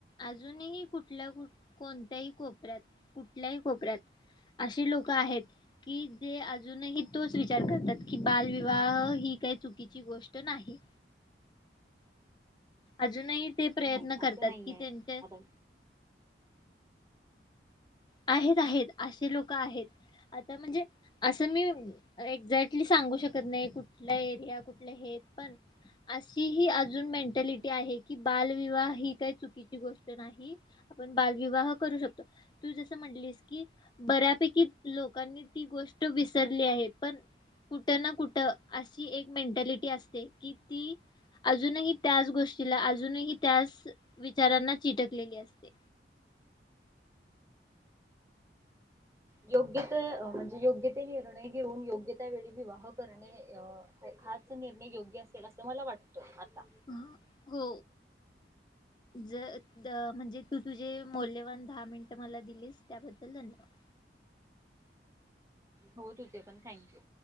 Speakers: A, on the left; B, on the right.
A: अजूनही कुठल्या कोणत्याही कोपऱ्यात कुठल्याही कोपऱ्यात अशी लोक आहेत. कि जे अजूनही तोच विचार करतात की, बालविवाह ही काही चुकीची गोष्ट नाही. अजूनही ते प्रयत्न
B: नाही असं
A: करतात
B: नाही
A: कि
B: आहे
A: त्यांच्या
B: आता
A: आहेत आहेत असे लोक आहेत. आता म्हणजे अस मी एक्झॅक्टली सांगू शकत नाही. कुठल्या एरिया कुठल्या हे पण अशी ही अजून मेंटॅलिटी आहे की, बालविवाह ही काही चुकीची गोष्ट नाही. आपण बालविवाह करू शकतो. तू जस म्हटलीस की बऱ्यापैकी लोकांनी ती गोष्ट विसरली आहे. पण कुठ ना कुठ अशी एक मेंटॅलिटी असते कि ती अजूनही त्याच गोष्टीला. अजूनही त्याच विचारांना चिटकलेली असते.
B: योग्य ते म्हणजे योग्य ते निर्णय घेऊन, योग्य त्यावेेळी विवाह करणे हाच निर्णय योग्य असेल अस मला वाटत आता.
A: ह हो ज म्हणजे तू तुझे मौल्यवान दहा मिनिट मला दिलीस त्याबद्दल धन्यवाद.
B: होत होते पण थँक यू.